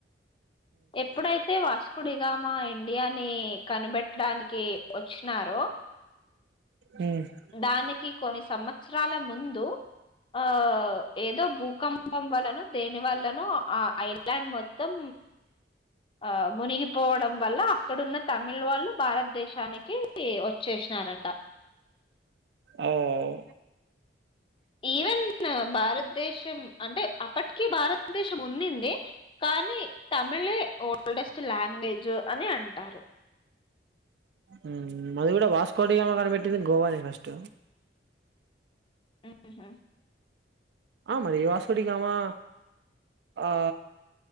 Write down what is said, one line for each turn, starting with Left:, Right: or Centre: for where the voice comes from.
Left: ఎప్పుడైతే వాసుకుడి గా మా ఇండియా ని కనిబెట్టి ట్టడానికి వచ్చినారో
Right: నాకు
Left: దానికి కొన్ని సంవత్సరాల ముందు ఆ ఏదో భూకంపం వల్లనో దేని వల్లనో ఆ ఐర్లాండ్ మొత్తం ఆ మునిగిపోవడం వల్ల అక్కడున్న తమిళ వాళ్ళు భారతదేశానికి వచ్చేసినారంట
Right: ఆవు ఆవు
Left: ఈవెన్ భారతదేశం అంటే అప్పటికి భారతదేశం ఉండింది కానీ తమిళే ఓల్డెస్ట్ లాంగ్వేజ్ అని అంటారు
Right: ఉ అది కూడా వాస్కోడిగామా కనిపెట్టింది గోవా నే ఫస్ట్
Left: ఉహు
Right: ఆ మరి వాస్కోడిగామా ఆ